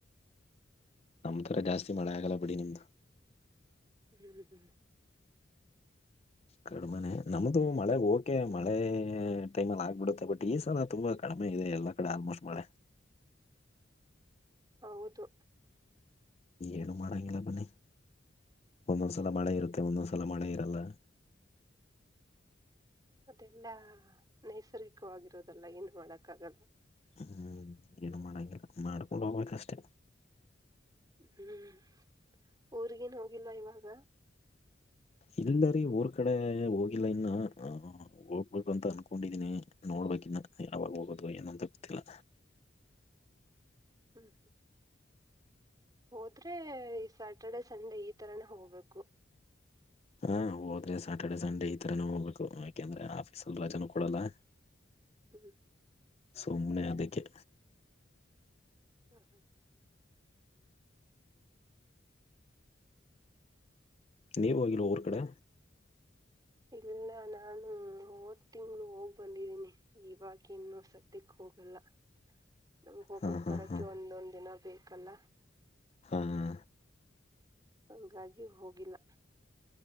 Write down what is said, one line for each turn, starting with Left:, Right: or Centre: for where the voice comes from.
Left: ನಮ್ಮ್ ತರ ಜಾಸ್ತಿ ಮಳೆ ಆಗಲ್ಲ ಬಿಡಿ ನಿಮ್ದು.
Right: ಹ್ ಹ ಹ್
Left: ಕಡಿಮೆನೆ ನಮ್ದು ಮಳೆ ಹಓಕೆ ಮಳೇ ಟೈಮಲ್ಲಿ ಆಗ್ಬಿಡುತ್ತೆ ಬಟ್ ಈಸಲ ತುಂಬಾ ಕಡಿಮೆ ಇದೆ ಎಲ್ಲಾ ಕಡೆ ಆಲ್ಮೋಸ್ಟ್ ಮಳೆ.
Right: ಹೌದು
Left: ಏನು ಮಾಡಂಗಿಲ್ಲ ಬನ್ನಿ ಒಂದೊಂದ್ ಸಲ ಮಳೆ ಇರುತ್ತೆ ಒಂದೊಂದ್ಸಲ ಮಳೆ ಇರಲ್ಲ.
Right: ಅದೆಲ್ಲಾ ನೈಸರ್ಗಿಕವಾಗಿರೋದಲ್ಲ ಏನ್ ಮಾಡಕ್ಕ ಆಗಲ್ಲ.
Left: ಹ್ಮ್ ಏನು ಮಾಡಂಗಿಲ್ಲ ಮಾಡ್ಕೊಂಡು ಹೋಗ್ಬೇಕ ಅಷ್ಟೇ.
Right: ಹ್ಮ್ ಊರ್ಗೇನ್ ಹೋಗಿಲ್ವ ಇವಾಗ.
Left: ಇಲ್ಲ ರೀ ಊರ್ ಕಡೆ ಹೋಗಿಲ್ಲ ಇನ್ನು ಹೋಗ್ಬಕು ಅಂತ ಅನ್ಕೊಂಡಿದೀನಿ ನೋಡ್ಬೇಕಿನ್ನ ಯಾವಾಗ ಹೋಗೋದು ಏನಂತ ಗೊತ್ತಿಲ್ಲ.
Right: ಹ್ಞೂ ಹ್ಞ ಹೋದ್ರೆ ಈ ಸ್ಯಾಟರ್ಡೆ ಸಂಡೇ ಈ ತರಾನ ಹೋಗ್ಬೇಕು.
Left: ಹಾ ಹೋದ್ರೆ ಸಾಟರ್ಡೆ ಸಂಡೆ ಈ ತರನು ಹೋಗ್ಬೇಕು ಯಾಕೆಂದ್ರೆ ಆಫೀಸಲ್ ರಜಾನೂ ಕೊಡಲ್ಲ. <inaudible>
Right: ಹ್ಮ್
Left: ಸುಮ್ನೇ ಅದಿಕ್ಕೆ.
Right: ಹ್ಮ ಹಾ
Left: ನೀವುಹೋಗಿಲ್ವಊರ್ ಕಡೆ
Right: ಇಲ್ಲ ನಾನು ಹೊದ ತಿಂಗಳು ಹೋಗ್ ಬಂದಿದ್ದೀನಿ. ಇವಾಗ ಇನ್ನೂ ಸದ್ಯಕ್ಕೆ ಹೋಗಲ್ಲಾ ನಮ್ಗ್ ಹೋಗಕ್
Left: ಹಾ ಹಾ
Right: ಬರಕ್ಕೆ
Left: ಹಾ
Right: ಒಂದೊಂದ್ ದಿನ ಬೇಕಲ್ಲಾ
Left: ಹಾ <inaudible>
Right: ಹಂಗಾಗಿ ಹೋಗಿಲ್ಲ.